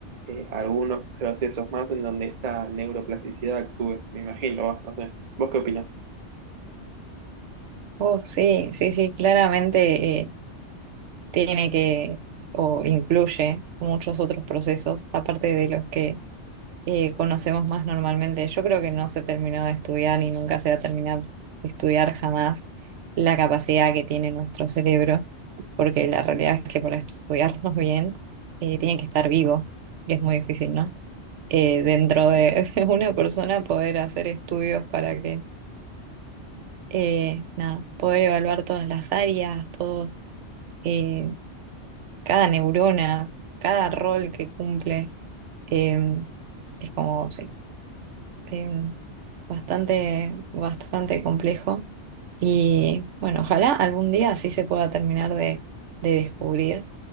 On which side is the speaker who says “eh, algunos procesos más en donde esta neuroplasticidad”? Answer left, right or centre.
Right